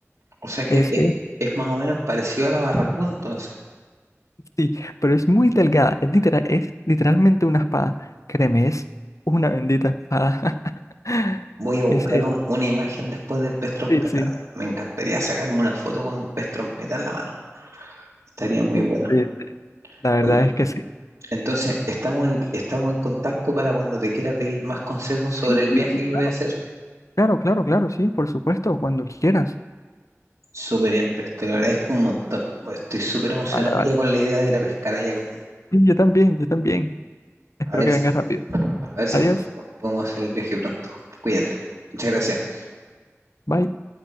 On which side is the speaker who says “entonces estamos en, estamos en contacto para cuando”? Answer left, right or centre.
Right